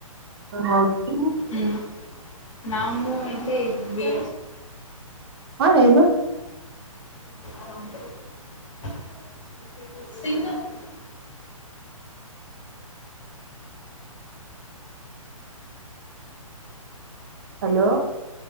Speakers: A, on the right (about 45°); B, on the left (about 60°).
A: ಹ ಹೌದು
B: ಹ್ಮ್ ನಾವವು ಇಲ್ಲೇ ಇದ್ವಿ
A: ಹಾ ಏನು
B: <unintelligible>
A: ಹಲೋ